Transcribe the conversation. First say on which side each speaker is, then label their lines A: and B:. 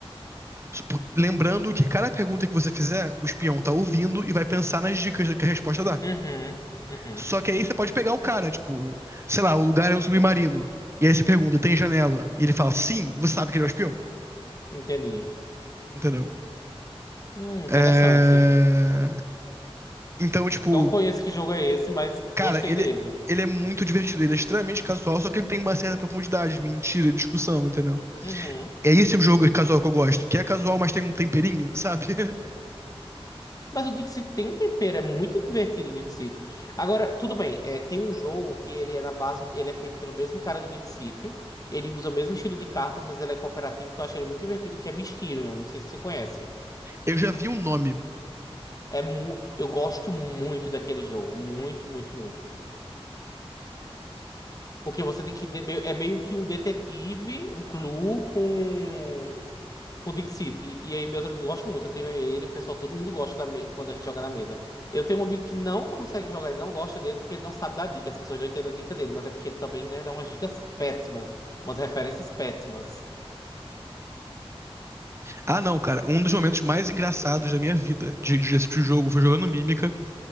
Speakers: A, on the right; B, on the left.
A: Supo- Lembrando que cada pergunta que você fizer, o espião tá ouvindo e vai pensar nas dicas que a resposta dá.
B: Uhum, uhum.
A: Só que aí você pode pegar o cara, tipo, sei lá, o lugar é um submarino. E aí você pergunta, tem janela? E ele fala, sim, você sabe que ele é o espião,
B: Entendi.
A: entendeu?
B: Hum, interessante.
A: É... Então, tipo,
B: Não conheço que jogo é esse, mas
A: cara,
B: gostei
A: ele,
B: dele.
A: ele é muito divertido, ele é extremamente casual, só que ele tem uma certa profundidade, mentira, discussão, entendeu?
B: Uhum.
A: É esse o jogo casual que eu gosto, que é casual, mas tem um temperinho, sabe? <laughs>
B: Mas o Dixit tem um tempero, é muito divertido o Dixit. Agora, tudo bem, é, tem um jogo que ele é na base, ele é feito pelo mesmo cara do Dixit. Ele usa o mesmo estilo de cartas, mas ele é cooperativo, que eu acho ele muito divertido, que é Mysterium. Não sei se você conhece.
A: Eu já vi um nome
B: É mu eu gosto muito daquele jogo, muito, muito, muito. Porque você tem que. de- É meio que um detetive, um clue com. com o Dick City. E aí meus amigos gostam muito. Eu tenho ele, o pessoal, todo mundo gosta da me- quando a gente joga na mesa. Eu tenho um amigo que não consegue jogar, ele não gosta dele porque ele não sabe dar dica. As pessoas não entendem a dica dele, mas é porque ele também, né, dá umas dicas péssimas, umas referências péssimas.
A: Ah, não, cara. Um dos momentos mais engraçados da minha vida de, de assistir o jogo foi jogando Mímica.